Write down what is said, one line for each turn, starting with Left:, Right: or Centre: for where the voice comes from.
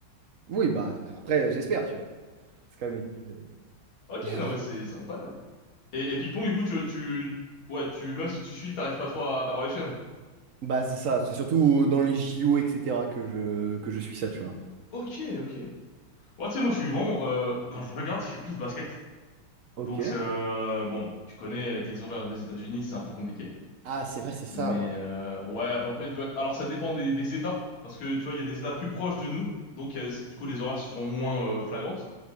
Right: Oui, bah, bah, après, j'espère, tu vois. C'est quand même une équipe de.
Left: Ok
Right: Je-
Left: non mais c'est c'est incroyable. Et, et ping-pong du coup tu tu ouais tu même si tu suis t'arrives pas trop à, à voir les chaînes.
Right: Bah, c'est ça, c'est surtout dans les JO, etc., que je, que je suis ça, tu vois.
Left: Ok ok. Ouais tu sais moi je suis vraiment euh, quand je regarde je suis plus basket.
Right: Ok.
Left: Donc c'est, euh, bon tu connais avec les horaires des États-Unis c'est un peu compliqué.
Right: Ah, c'est vrai, c'est ça.
Left: Mais
Right: ouais.
Left: euh, ouais, à peu près. je vois- Alors ça dépend des, des États, parce que tu vois, il y a des États plus proches de nous, donc il y a- du coup les horaires seront moins euh, flagrantes.